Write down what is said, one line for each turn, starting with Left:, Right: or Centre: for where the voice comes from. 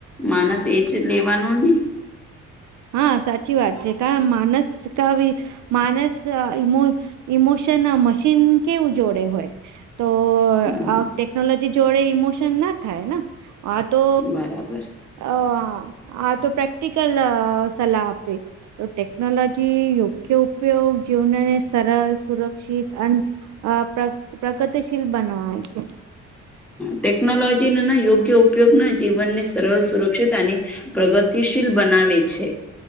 Centre: માણસ એજ લેવાનું ને
Right: હા સાચી વાત છે કા માણસ કા ભી માણસ ઇમો ઇમોશન મશીન કેવું જોડે હોય. તો
Centre: હા,
Right: આ ટેકનોલોજી જોડે ઈમોશન ના થાય ને તો
Centre: બરાબર
Right: અ આ તો પ્રેક્ટિકલ સલાહ આપે. તો ટેકનોલોજી યોગ્ય ઉપયોગ જીવનને સરળ સુરક્ષિત અન અ પ્ર પ્રગતિશીલ બનાવાય છે.
Centre: ટેકનોલોજી ના યોગ્ય ઉપયોગ ના જીવનની સરળ સુરક્ષિત એને પ્રગતિશીલ બનાવે છે.